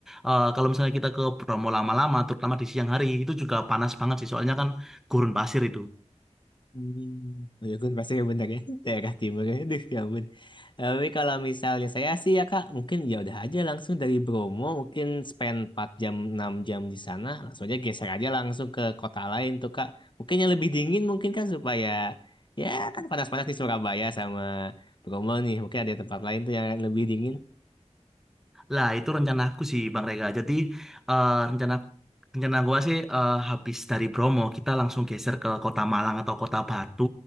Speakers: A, in the centre; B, on the left.
A: Eh, kalau misalnya kita ke Bromo lama-lama, terutama di siang hari, itu juga panas banget sih. Soalnya kan gurun pasir itu.
B: Hmm, Oh ya kan pasti ya bentar ya <laughs> daerah timur ya aduh ya ampun tapi kalau misalnya saya sih ya kak mungkin ya udah aja langsung dari Bromo mungkin spend 4 jam 6 jam di sana langsung aja geser aja langsung ke kota lain tuh kak mungkin yang lebih dingin mungkin kan supaya ya kan panas-panas di Surabaya sama Bromo nih mungkin ada tempat lain tuh yang lebih dingin
A: Lah, itu rencana aku sih, Bang Rega. Jadi, eh, rencana rencana gua sih eh, habis dari Bromo, kita langsung geser ke Kota Malang atau Kota Batu,